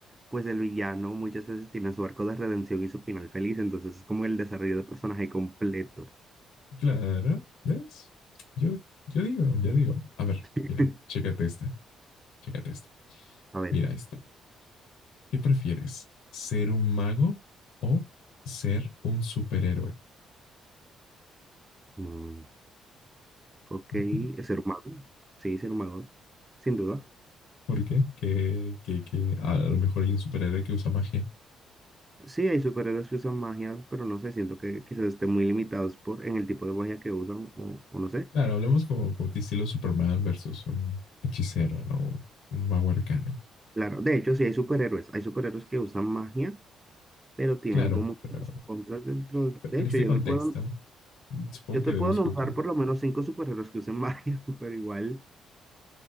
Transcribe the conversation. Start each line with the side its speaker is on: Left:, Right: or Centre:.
Right: pues el villano muchas veces tiene su arco de redención y su final feliz, entonces es como el desarrollo de personaje completo.
Left: Claro, ¿ves? Yo, yo digo, yo digo, a ver,
Right: <laughs>
Left: mira, chécate esta, chécate esta,
Right: A ver,
Left: mira esta. ¿Qué prefieres? ¿Ser un mago o ser un superhéroe?
Right: mm, ok,
Left: <laughs>
Right: es ser humano, sí, ser humano, sin duda.
Left: ¿Por qué? Que, que, que a lo mejor hay un superhéroe que usa magia.
Right: Sí, hay superhéroes que usan magia, pero no sé, siento que quizás estén muy limitados por, en el tipo de magia que usan, o, o no sé.
Left: Claro, hablemos como, como de estilo Superman versus un hechicero, ¿no? Un mago arcano.
Right: Claro, de hecho, sí hay superhéroes, hay superhéroes que usan magia pero tienen
Left: Claro,
Right: como que
Left: pero,
Right: sus contras dentro. De
Left: pero
Right: de
Left: en
Right: hecho,
Left: este
Right: yo
Left: contexto,
Right: te puedo,
Left: ¿no? Supongo
Right: yo
Left: que
Right: te
Left: deduzco
Right: puedo nombrar
Left: que
Right: por lo menos cinco superhéroes que usen magia, <laughs> pero igual,